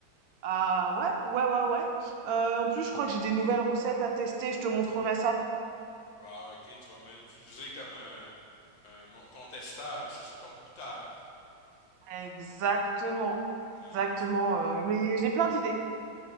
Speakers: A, on the right (about 80°); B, on the left (about 75°).
A: Ah ouais, ouais, ouais, ouais. Euh, en plus, je crois que j'ai des nouvelles recettes à tester, je te montrerai ça.
B: Bah, ok, tu vas m'utiliser comme un, un mon- ton testeur, c'est ça, ton goûteur.
A: Exactement,
B: Ah,
A: exactement.
B: tu-
A: euh, mais j'ai plein d'idées.